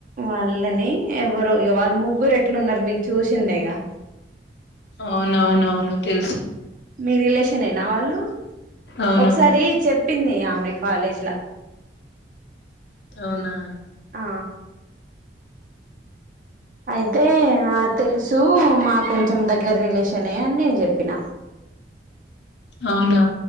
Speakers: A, on the right; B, on the left.
A: వాళ్ళని ఎవరు వాళ్ళు ముగ్గురు ఎట్లు ఉన్నారు మీకు చూసిందేగా.
B: అవునవునవును తెలుసు.
A: మీ రిలేషన్ అంతేనా వాళ్ళు
B: అవును
A: ఒకసారి చెప్పింది. ఆమె కాలేజ్ లా
B: అవునా
A: ఆ అయితే ఆ తెలిసు సో మా కొంచెం దగ్గర రిలేషన్ అని నేను చెప్పిన
B: అవునా